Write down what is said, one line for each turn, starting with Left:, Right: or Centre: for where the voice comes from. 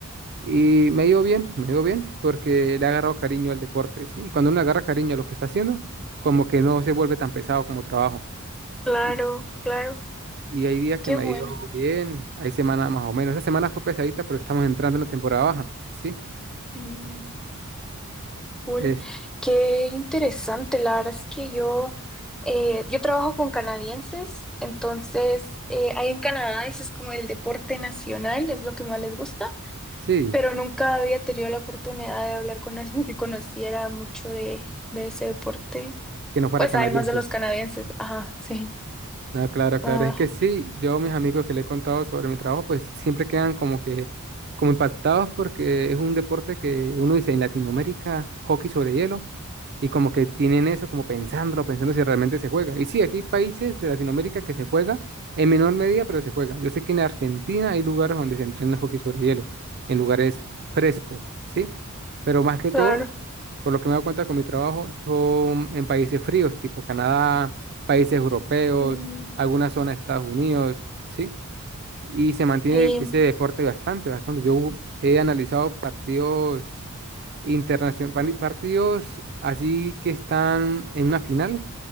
Right: Y me ha ido bien, me ha ido bien, porque le ha agarrado cariño al deporte, ¿sí? Y cuando uno le agarra cariño a lo que está haciendo, como que no se vuelve tan pesado como trabajo.
Centre: Claro,
Right: Y
Centre: claro,
Right: y hay días que
Centre: qué
Right: me
Centre: bueno.
Right: ha ido bien, hay semanas más o menos. Esta semana fue pesadita, pero estamos entrando en la temporada baja, ¿sí?
Centre: Mm, cool.
Right: Es,
Centre: Qué interesante. La verdad es que yo, eh, yo trabajo con canadienses, entonces eh, ahí en Canadá ese es como el deporte nacional, es lo que más les gusta,
Right: sí,
Centre: pero nunca había tenido la oportunidad de hablar con <laughs> alguien que conociera mucho de, de ese deporte.
Right: que no fuera
Centre: Pues
Right: canadiense.
Centre: además de los canadienses, ajá, sí.
Right: No, claro, claro.
Centre: Ah,
Right: Es que sí, yo a mis amigos que le he contado sobre mi trabajo, pues siempre quedan como que, como impactados porque es un deporte que uno dice en Latinoamérica, hockey sobre hielo, Y como que tienen eso, como pensándolo, pensando si realmente se juega. Y sí, aquí hay países de Latinoamérica que se juega en menor medida, pero se juega. Yo sé que en Argentina hay lugares donde se entrena hockey sobre hielo, en lugares frescos, ¿sí? Pero más que
Centre: claro.
Right: todo, por lo que me doy cuenta con mi trabajo, son en países fríos, tipo Canadá, países europeos,
Centre: Mm,
Right: algunas zonas de Estados Unidos, ¿sí? y se mantiene
Centre: y,
Right: ese deporte bastante, bastante. Yo he analizado partidos internacionales, partidos así que están en una final